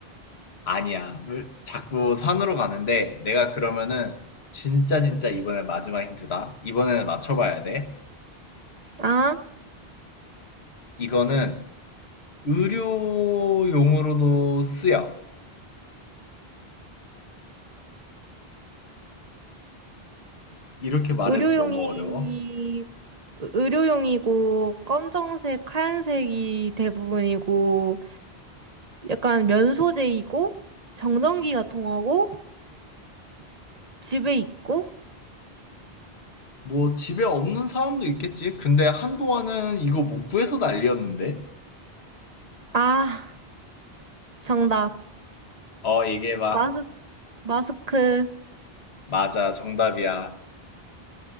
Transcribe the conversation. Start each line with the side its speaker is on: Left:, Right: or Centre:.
Left: 아니야. 왜 자꾸 산으로 가는데 내가 그러면은 진짜 진짜 이번엔 마지막 힌트다. 이번에는 맞춰봐야 돼.
Right: 아,
Left: 이거는 의료용으로도 쓰여. 이렇게 말해도
Right: 의료용이,
Left: 너무 어려워.
Right: 의료용이고, 검정색, 하얀색이 대부분이고, 약간 면 소재이고, 정전기가 통하고, 집에 있고,
Left: 뭐 집에 없는 사람도 있겠지. 근데 한동안은 이거 못 구해서 난리였는데.
Right: 아, 정답.
Left: 어, 얘기해봐.
Right: 마스, 마스크.
Left: 맞아, 정답이야.